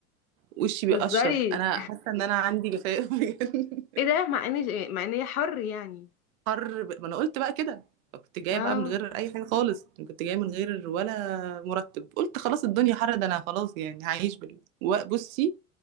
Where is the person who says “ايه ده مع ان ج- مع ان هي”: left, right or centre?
Left